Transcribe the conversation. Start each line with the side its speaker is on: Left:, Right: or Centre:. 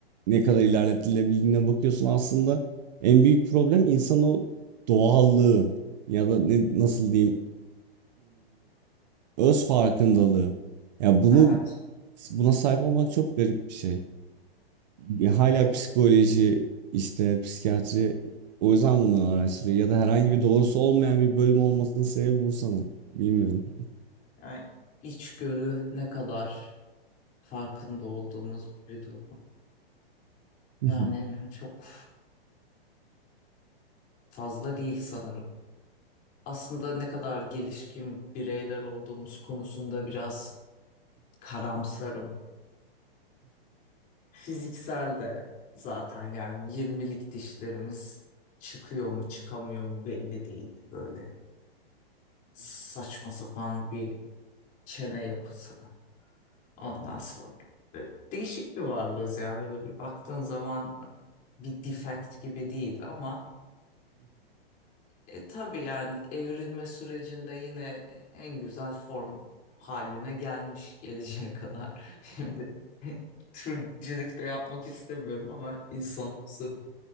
Right: ne kadar ilerletilebildiğine bakıyorsun. Aslında en büyük problem insanın o doğallığı ya da ne, nasıl diyeyim? öz farkındalığı. Ya bunu
Left: Evet,
Right: buna sahip olmak çok garip bir şey. Ya hala
Left: evet.
Right: psikoloji, işte psikiyatri o yüzden bunları araştırıyor ya da herhangi bir doğrusu olmayan bir bölüm olmasının sebebi bu sanırım. Bilmiyorum.
Left: Yani içgörü ne kadar farkında olduğumuz bir durum.
Right: <laughs>
Left: Yani çok fazla değil sanırım. aslında ne kadar gelişkin bireyler olduğumuz konusunda biraz karamsarım. Fiziksel de zaten yani yirmilik dişlerimiz çıkıyor mu çıkamıyor mu belli değil böyle saçma sapan bir çene yapısı ondan sonra. Böyle Değişik bir varlığız yani öyle bir baktığın zaman bir defect gibi değil ama E, tabii yani evrilme sürecinde yine en güzel form haline gelmiş geleceğe kadar. <laughs> Şimdi <laughs> türcülük de yapmak istemiyorum ama insanımsı